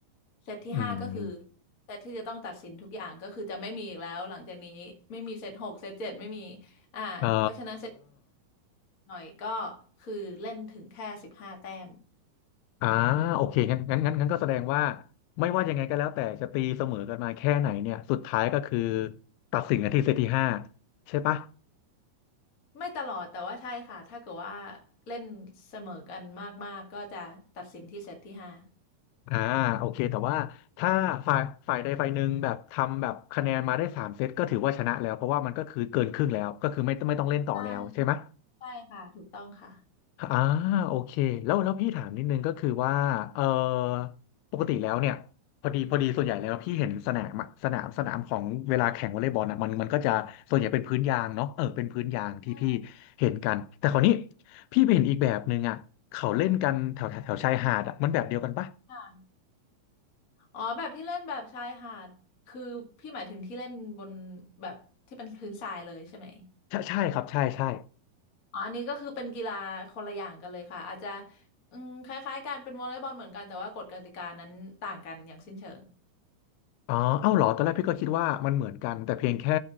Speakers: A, on the left; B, on the left.
A: เซตที่ห้าก็คือ
B: อืม
A: เซตที่จะต้องตัดสินทุกอย่างก็คือจะไม่มีอีกแล้วหลังจากนี้ไม่มีเซตหกเซตเจ็ดไม่มีอ่าเพราะฉะนั้นเซต
B: อ๋อ
A: หน่อยก็คือเล่นถึงแค่สิบห้าแต้ม
B: อ่าโอเคงั้นงั้นงั้นงั้นก็แสดงว่าไม่ว่ายังไงก็แล้วแต่จะตีเสมอกันมาแค่ไหนเนี่ยสุดท้ายก็คือตัดสินกันที่เซตที่ห้าใช่ปะ
A: ไม่ตลอดแต่ว่าใช่ค่ะถ้าเกิดว่าเล่นเสมอกันมากๆก็จะตัดสินที่เซตที่ห้า
B: อ่าโอเคแต่ว่าถ้าฝ่ายฝ่ายใดฝ่ายหนึ่งแบบทำแบบคะแนนมาได้สามเซตก็ถือว่าชนะแล้วเพราะว่ามันก็คือเกินครึ่งแล้วก็คือไม่ไม่ต้องเล่นต่อแล้วใช่ไหม
A: ใช่ใช่ค่ะถูกต้องค่ะ
B: อ่าโอเคแล้วแล้วพี่ถามนิดนึงก็คือว่าเออปกติแล้วเนี่ยพอดีพอดีส่วนใหญ่แล้วพี่เห็นสนามอะสนามสนามของเวลาแข่งวอลเลย์บอลอ่ะมันมันก็จะส่วนใหญ่เป็นพื้นยางเนาะเออเป็นพื้นยางที่พี่
A: ใช่
B: เห็นกันแต่คราวนี้พี่ไปเห็นอีกแบบหนึ่งอ่ะเขาเล่นกันแถวแถวแถวชายหาดอ่ะมันแบบเดียวกันปะ
A: ค่ะอ๋อแบบที่เล่นแบบชายหาดคือพี่หมายถึงที่เล่นบนแบบที่เป็นพื้นทรายเลยใช่ไหม
B: ใช่ใช่ครับใช่ใช่
A: อ๋ออันนี้ก็คือเป็นกีฬาคนละอย่างกันเลยค่ะอาจจะอืมคล้ายๆกันเป็นวอลเลย์บอลเหมือนกันแต่ว่ากฎกติกานั้นต่างกันอย่างสิ้นเชิง
B: อ๋อเอ้าเหรอตอนแรกพี่ก็คิดว่ามันเหมือนกันแต่เพียงแค่